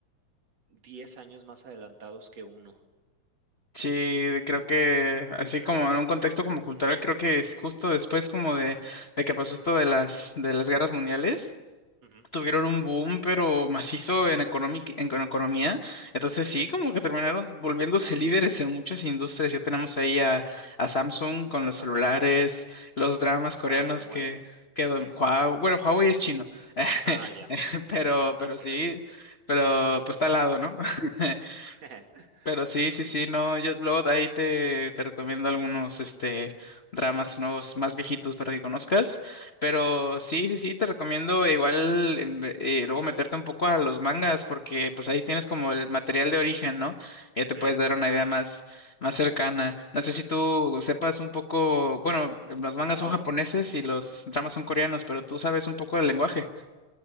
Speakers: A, on the right; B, on the left.
A: 10 años más adelantados que uno.
B: Sí, creo que así como en un contexto como cultural, creo que es justo después como de, de que pasó esto de las, de las guerras mundiales,
A: Ujú,
B: tuvieron un boom, pero macizo en economic- en con- economía. Entonces sí, como que terminaron volviéndose <laughs> líderes en muchas industrias. Ya tenemos ahí a,
A: Sí,
B: a Samsung con los celulares,
A: a Samsung.
B: los dramas coreanos
A: Huawei,
B: que, que
A: sí.
B: dom- Huawei, bueno, Huawei es chino, <laughs>
A: Ah, ya,
B: pero,
A: nada
B: pero
A: que
B: sí,
A: ver.
B: pero pues está al lado, ¿no? <laughs>
A: <laughs>
B: Pero sí, sí, sí, no, yo luego de ahí te, te recomiendo algunos este dramas nuevos más viejitos para que conozcas. Pero
A: Ujú,
B: sí, sí, sí, te recomiendo igual em, ve- eh, luego meterte un poco a los mangas, porque pues ahí tienes como el material de origen, ¿no? Ya te
A: sí.
B: puedes dar una idea más, más cercana. No sé si tú sepas un poco, bueno, los mangas
A: Ahora,
B: son japoneses y los dramas son coreanos, pero tú sabes un poco del lenguaje.